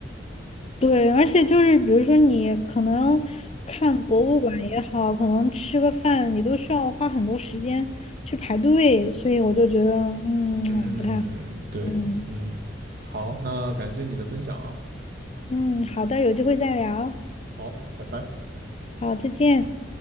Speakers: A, on the left; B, on the right.
A: 对，而且就是比如说你可能看博物馆也好，可能吃个饭，你都需要花很多时间去排队，所以我就觉得，嗯，
B: 嗯，
A: 不太好。
B: 对，
A: 嗯
B: 嗯，好，那感谢你的分享啊，
A: 嗯，好的，有机会再聊。
B: 好，拜拜。
A: 好，再见。